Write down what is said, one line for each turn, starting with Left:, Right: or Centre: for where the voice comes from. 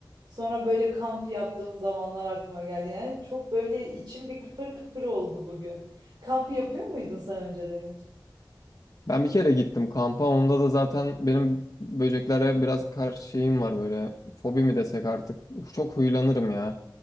Right: Sonra böyle kamp yaptığım zamanlar aklıma geldi. Yani çok böyle içim bir kıpır kıpır oldu bugün. Kamp yapıyor muydun sen önceden hiç?
Left: Ben bir kere gittim kampa. Onda da zaten benim böceklere biraz karşı şeyim var böyle. Fobi mi desek artık. Çok huylanırım ya.